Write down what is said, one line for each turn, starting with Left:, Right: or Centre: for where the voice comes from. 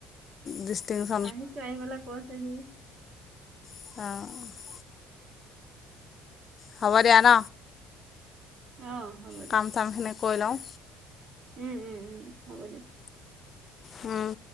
Left: ডিষ্টেংগোচং
Right: আহিছে আহি পেলাই কৈছেহি
Left: অ' হ'ব দিয়া ন?
Right: অ', হ'ব
Left: কাম-চামখিনি ক‌ই লওঁ।
Right: উম-উম-উম, হ'ব দিয়া।
Left: উম্